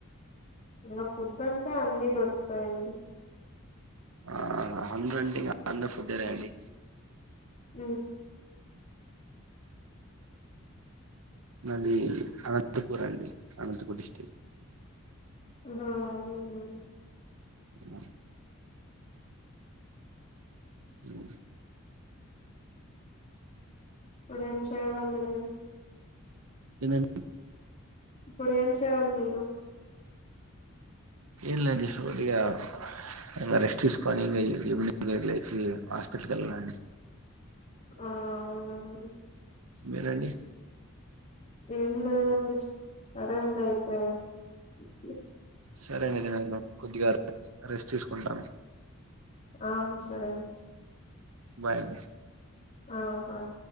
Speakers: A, on the left (about 40°); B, on the right (about 80°).
A: ఇంకా ఫుడ్ అంటే అన్ని దొరుకుతాయండి.
B: ఆ అందర అండి ఇగ అందరు ఫుడ్డేనా అండి.
A: ఉమ్
B: అది అనంత పూర్ అండి. అనంతపూర్ డిస్టిక్.
A: ఓహో అదిదా
B: అ ఉమ్
A: ఇప్పుడు ఏం చెయాలండి నేను
B: ఏందం డి
A: ఇప్పుడు ఏం చేయాలి మీరు?
B: ఏం లే జస్ట్ కొద్దిగా, ఇక రెస్ట్ చేసుకోని ఇం ఈవనింగ్ లే లేచి హాస్పిటల్కి వెళ్లాలండీ.
A: ఆవునా అండి.
B: మీరండి?
A: ఏం లేదండి, సరే అండి అయితే, ఒకే.
B: సరే అండి నేను కొద్దిగాదు రెస్ట్ తీసుకుంటాను.
A: ఆ సరే అండి.
B: బాయ్ అండి.
A: ఆ బాయ్.